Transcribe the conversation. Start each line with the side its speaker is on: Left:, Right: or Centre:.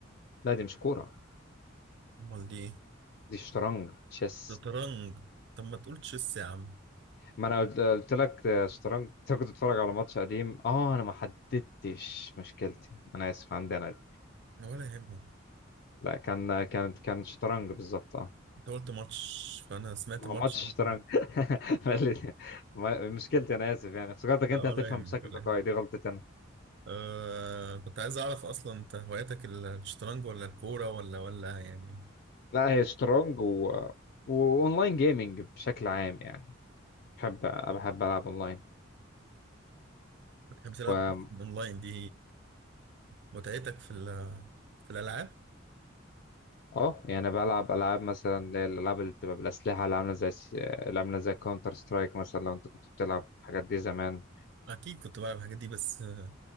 Left: لا دي مش كورة
Right: امال دي ايه؟
Left: دي شطرنج تشيس
Right: شطرنج طب ما تقول تشيس يا عم
Left: ما أنا قلت قلت لك آه، شطرنج أنت كنت بتتفرج على ماتش قديم اه أنا ما حددتش مشكلتي أنا آسف عندي أنا دي.
Right: انا ولا يهمك
Left: لا كان كان كان شطرنج بالظبط اه
Right: انت قلت ماتش فانا سمعت
Left: ما
Right: ماتش
Left: هو ماتش
Right: دي
Left: شطرنج <laughs> ما اللي- ما- مشكلتي انا اسف يعني افتكرتك
Right: لا
Left: انت
Right: ولا
Left: هتفهم
Right: يهمك
Left: بشكل
Right: ولا
Left: تلقائي
Right: يهمك
Left: دي غلطتي انا
Right: أه كنت عايز اعرف اصلا انت هواياتك الشطرنج ولا الكورة ولا ولا يعني
Left: لا هي شطرنج و... واونلاين جيمنج بشكل عام يعني بحب بحب العب اونلاين
Right: بتحب تلعب
Left: و...
Right: اونلاين دي متعتك في ال- في الالعاب؟
Left: اه يعني بلعب العاب مثلا اللي هي الالعاب اللي بتبقى بالاسلحه اللي عامله زي الس- اللي عامله زي كاونتر سترايك مثلا لو انت كنت بتلعب الحاجات دي زمان
Right: اكيد كنت بلعب الحاجات دي بس آه،